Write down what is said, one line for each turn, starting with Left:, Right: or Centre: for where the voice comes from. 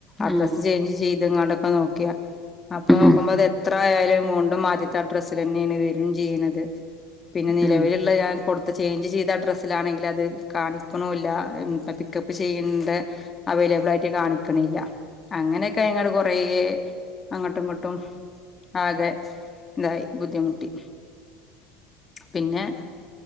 Left: അഡ്രസ്സ്
Centre: ആഹ്
Left: ചേഞ്ച് ചെയ്ത് ഇങ്ങാണ്ടൊക്കെ നോക്കിയ അപ്പൊ
Centre: ആഹ്
Left: നോക്കുമ്പോ അത് എത്ര ആയാലും വിണ്ടും മാദ്യത്തെ ആ ഡ്രസ്സൽ തന്നെയാണ് വരും ചെയ്യുണത് പിന്നെ നിലവില്ള്ളയാക്ക്
Centre: ആഹ്
Left: കൊട് ഇപ്പോ ചേഞ്ച് ചെയ്ത അഡ്രസ്സിലാണെങ്കിൽ അത് കാണിക്ക്ണുല്ല ഇപ്പം പിക്കപ്പ് ചെയ്യണ്ട അവൈലബിൾ ആയിട്ട് കാണിക്ക്ണില്ല അങ്ങനെയൊക്കെ ങ്ങട് കൊറ അങ്ങോട്ടും ഇങ്ങോട്ടും ആകെ ഇതായി ബുദ്ധിമുട്ടി പിന്നെ